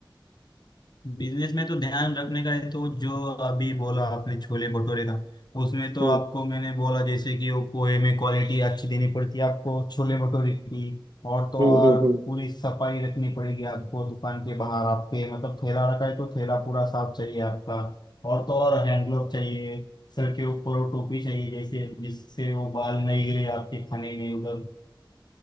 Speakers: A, on the left; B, on the right.
A: बिजनेस में तो ध्यान रखने का है तो जो अभी बोला आपने छोले भटूरे का उसमें तो
B: हम्म
A: आपको मैंने बोला जैसे कि वो पोहे में क्वालिटी अच्छी देनी पड़ती है आपको छोले भटूरे की और तो
B: हम्म
A: और
B: हम्म हम्म।
A: पूरी सफाई रखनी पड़ेगी आपको दुकान के बाहर आपके मतलब ठेला रखा है तो ठेला पूरा साफ चाहिए आपका और तो और हैंड ग्लोव चाहिए सर के ऊपर वो टोपी चाहिए जैसे जिससे वो बाल नहीं गिरे आपके खाने में उधर